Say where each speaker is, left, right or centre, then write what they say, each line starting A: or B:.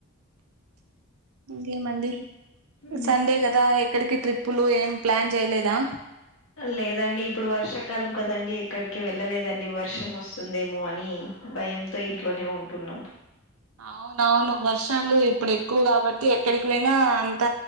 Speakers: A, on the right (about 80°); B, on the left (about 75°).
A: ఇంకేం మండి
B: ఉమ్,
A: సండే కదా ఎక్కడికి ట్రిప్పులు ఏం ప్లాన్ చేయలేదా
B: లేదండి ఇప్పుడు వర్షాకాలం కదండి ఎక్కడికి వెళ్ళలేదండి వర్షం వస్తుందేమో అని భయంతో ఇంట్లోనే ఉంటున్నాం
A: అవునవును వర్షాలు ఇప్పుడు ఎక్కువ కాబట్టి ఎక్ పెలికిపోయినా అంత